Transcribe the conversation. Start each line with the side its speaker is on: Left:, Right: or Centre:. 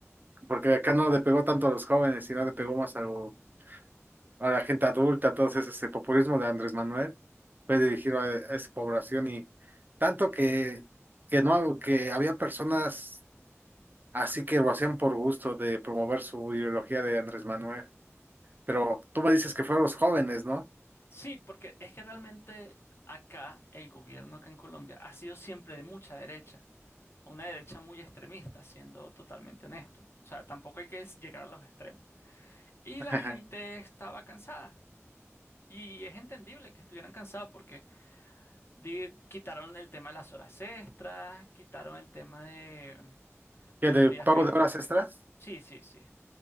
Right: porque acá no le pegó tanto a los jóvenes, sino le pegó más a, lo- a la gente adulta, todo ese, ese populismo de Andrés Manuel, fue dirigido a, a esa población y tanto que, que no, que había personas así que lo hacían por gusto de promover su ideología de Andrés Manuel. Pero tú me dices que fue a los jóvenes, ¿no?
Left: <laughs> sí, porque es que realmente acá el gobierno acá en Colombia ha sido siempre de mucha derecha, una derecha muy extremista, siendo totalmente honesto. O sea, tampoco hay que llegar a los extremos. Y
Right: <laughs>
Left: la gente estaba cansada. Y es entendible que estuvieran cansados porque di- quitaron el tema de las horas extras, quitaron el tema de,
Right: ¿Que
Left: de
Right: de
Left: los días
Right: pago
Left: festivos.
Right: de horas extras?
Left: Sí, sí, sí.